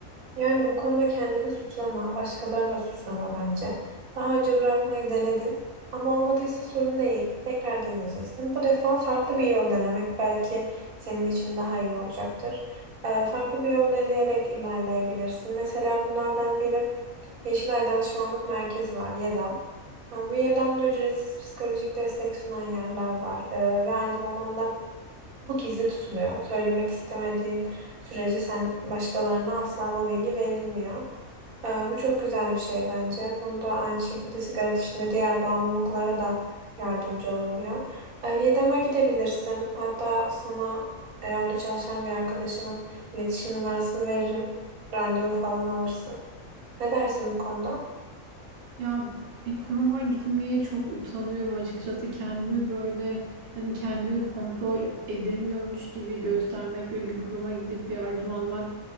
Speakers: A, on the right; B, on the right.
A: Yani bu konuda kendini suçlama, başkalarını da suçlama bence. Daha önce bırakmayı denedin ama olmadıysa sorun değil. Tekrar deneyeceksin. Bu defa farklı bir yol denemek belki senin için daha iyi olacaktır. Ee, farklı bir yol deneyerek ilerleyebilirsin. Mesela bunlardan biri Yeşilay Danışmanlık Merkezi var, YEDAM. Ha, bu YEDAM'da ücretsiz psikolojik destek sunan yerler var. Ee, ve aynı zamanda bu gizli tutuluyor. Söylemek istemediğin sürece sen başkalarına asla bu bilgi verilmiyor. Ee, bu çok güzel bir şey bence. Burada aynı şekilde sigara dışında diğer bağımlılıklara da yardımcı olunuyor. Ee, Yedem'e gidebilirsin. Hatta sana e, orada çalışan bir arkadaşımın iletişim numarasını veririm. Randevu falan alırsın. Ne dersin bu konuda?
B: Ya bir kuruma gitmeye çok utanıyorum açıkçası. Kendimi böyle hani kendimi kontrol edemiyormuş gibi göstermek ve bir kuruma gidip yardım almak